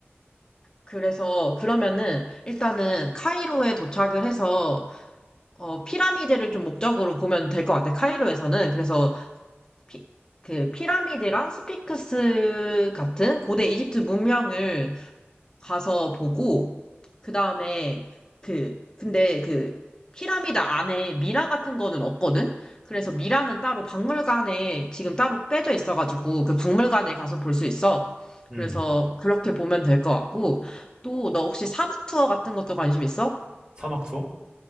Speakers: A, on the left; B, on the right.
A: 그래서 그러면은 일단은 카이로에 도착을 해서 어, 피라미드를 좀 목적으로 보면 될 것 같아. 카이로에서는 그래서 피, 그 피라미드랑 스핑크스 같은 고대 이집트 문명을 가서 보고 그다음에 그 근데 그 피라미드 안에 미라 같은 거는 없거든. 그래서 미라는 따로 박물관에 지금 따로 빼져 있어가지고 그 박물관에 가서 볼 수 있어.
B: 음.
A: 그래서 그렇게 보면 될 것 같고 또 너 혹시 사막 투어 같은 것도 관심 있어?
B: 사막 투어?